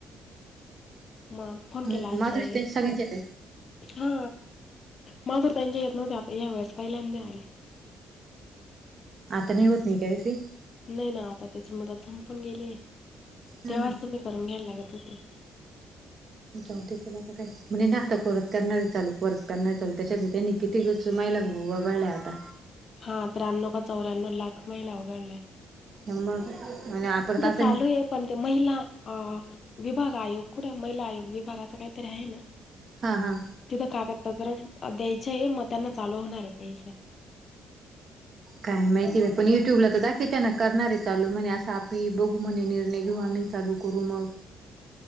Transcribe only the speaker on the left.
म फोन
केला असता
एक
हा माधुर त्यांच्या येत नव्हते आता या वेळेस पहिल्यांद आले
नाही ना आता त्याची मुदत संपून गेली आहे
तेव्हाच
तुम्ही करून घ्यायला लागत होते
हा त्र्याण्व का चौऱ्याण्णव लाख महिला वगळलाय
चालू आहे पण ते महिला अ विभाग आयोग कुठे महिला आयोग विभागाचा काहीतरी आहे ना
तिथं कागदपत्र द्यायचे आहे मग त्यांना चालू होणार आहे पैसे <unintelligible>
<inaudible>